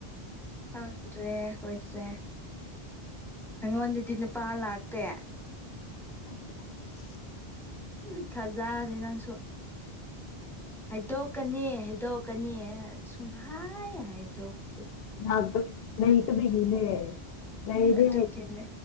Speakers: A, in the centre; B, on the left.
A: ꯈꯪꯗ꯭ꯔꯦꯁꯦ ꯑꯩꯉꯣꯟꯗꯗꯤ ꯅꯨꯄꯥ ꯂꯥꯛꯇꯦ
B: ꯑꯦ
A: ꯎꯝ ꯊꯥꯖꯗꯦ ꯅꯪꯁꯨ ꯍꯥꯏꯗꯣꯛ ꯀꯅꯤ ꯍꯥꯏꯗꯣꯛꯀꯅꯤ ꯁꯨꯝꯍꯥꯏ ꯍꯥꯏꯗꯣꯛꯇꯦ
B: ꯊ ꯅꯇ ꯒꯤꯅꯦ ꯂꯩꯔꯤ
A: ꯎꯝ ꯑꯗꯨꯒꯤꯅꯦ